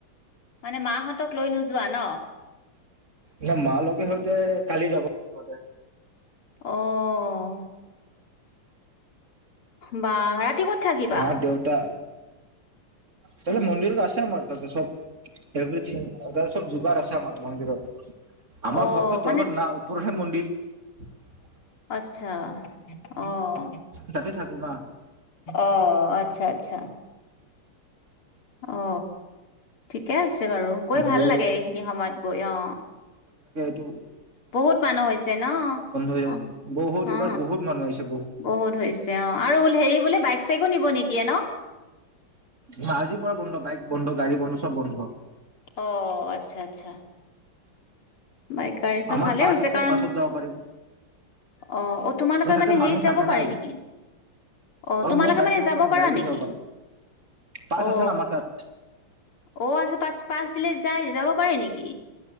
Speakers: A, on the left; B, on the right.
A: মানে মা হতক লৈ নোযোৱা ন।
B: ন মা লগে সতে কালি যাব সহতে।
A: অহ বা ৰাতি কত থাকিবা?
B: মা দেউতা তাতে মন্দিৰত আছে আমাৰ তাতে চব এভৰিথিং ততে চব যোগাৰ আছে আমাৰ মন্দিৰত। আমাৰ
A: অ'
B: ঘৰটোৰ
A: মানে
B: তলত ন উপওপৰহে মন্দিৰ <unintelligible>
A: আতচ্ছা অহ
B: তাতে থাকো না
A: অহ আতচ্ছা আতচ্ছা অ ঠিকে আছে। তে বাৰু
B: সেইটোৱে
A: গৈ ভাল লাগে এইখিনি সময়ত গৈ অ।
B: তু
A: বহুত মানুহ হৈছে ন
B: হৈ যাব
A: অ
B: বহুত এইবাৰ
A: অ
B: বহুত মানুহ আহিছে
A: বহুত হৈছে অ আৰু বোলে হেৰি বোলে বাই। চেগু নিব নিদিয়ে ন।
B: ন আজিৰ পৰা বন্ধ বাইক বন্ধ গাড়ী বন্ধ চব বন্ধ।
A: অ আতচ্ছা আতচ্ছা। বাইক গাড়ী চব
B: আমাৰ
A: ভালে
B: পাছ
A: হৈছে
B: আছে
A: কাৰণ
B: পাছত যাব পাৰিম
A: অ অ তোমালোকে
B: ন তাতে
A: মানে
B: মানুহ
A: হেৰিত যাব
B: থাকে
A: পাৰি
B: না
A: নেকি অ তোমালোকে
B: মই গাড়ী
A: মানে যাব
B: পাৰিম
A: পাৰা
B: গাড়ী লৈ
A: নেকি?
B: যাব পাৰিম পাছ
A: অ!
B: আছে না আমাৰ তাত
A: অ আছে, পচ পাঁচ দিলে যায় যাব পাৰি নেকি?